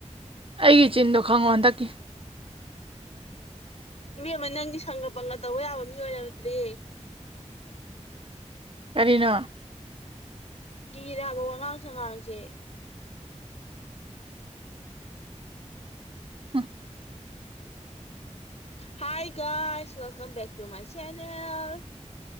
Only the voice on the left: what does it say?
ꯏꯕꯦꯝꯃ ꯅꯪꯗꯤ ꯁꯪꯒ ꯄꯪꯒ ꯇꯧꯕ ꯌꯥꯕ ꯃꯤ ꯑꯣꯏꯔꯝꯗ꯭ꯔꯦꯌꯦ
ꯀꯤꯔꯦ ꯍꯥꯏꯕ ꯋꯥꯉꯥꯡ ꯁꯉꯥꯡꯁꯦ
ꯍ ꯥꯏ ꯒꯥꯏꯁ welcome back to my channel